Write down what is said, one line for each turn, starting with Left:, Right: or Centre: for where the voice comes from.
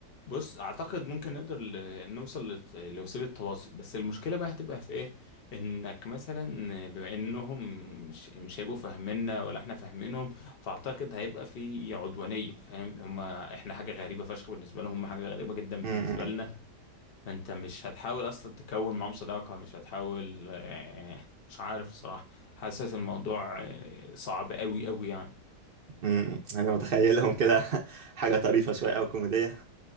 Left: بص اعتقد ممكن نقدر ل- نوصل لت- لوسيله تواصل بس المشكله بقى هتبقى في ايه انك مثلا بما انهم مش مش هيبقوا فاهميننا ولا احنا فاهمينهم فاعتقد هيبقى في عدوانيه فاهم هما احنا حاجه غريبه فشخ بالنسبه لهم هما حاجه غريبه جدا
Right: م-
Left: بالنسبه
Right: م.
Left: لنا انت مش هتحاول اصلا تكون معاهم صداقة مش هتحاول آه، مش عارف صراحة حاسس الموضوع آه، صعب قوي قوي يعني
Right: امم انا متخيلهم كده <laughs> حاجه طريفه شويه او كوميديه